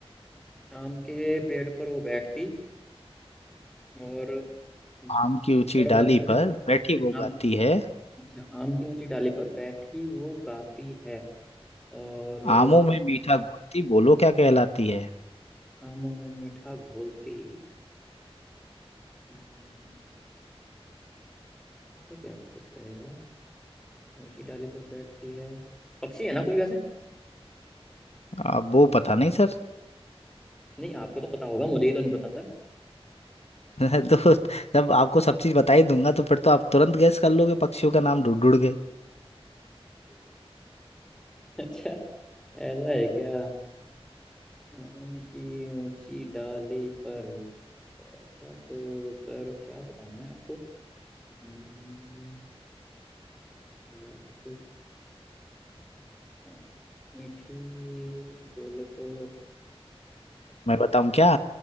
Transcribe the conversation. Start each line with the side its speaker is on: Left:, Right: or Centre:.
Centre: आम के पेड़ पर वो बैठती और दोबारा
Left: आम की ऊंची
Centre: बताना
Left: डाली
Centre: सर
Left: पर बैठी वो
Centre: आम
Left: गाती है
Centre: अच्छा आम की ऊंची डाली पर बैठी वो गाती है और
Left: आमों में मीठा घोलती बोलो क्या कहलाती है
Centre: आमों में मीठा घोलती हम्म, ऐसा क्या हो सकता है यार ऊंची डाली पर बैठती है पक्षी है ना कोई वैसे
Left: अब वो पता नहीं सर <laughs>
Centre: नहीं आपको तो पता होगा मुझे ही तो नहीं पता सर
Left: तो जब आपको सब चीज बता ही दूंगा तो फिर तो आप तुरंत गैस कर लोगे पक्षियों का नाम ढूंढ ढूंढ के
Centre: अच्छा ऐसा है क्या आम की ऊंची डाली पर ऐसा तो सर क्या बताऊं मैं आपको हम्म, याद अ, मीठी बोले तो
Left: मैं बताऊं क्या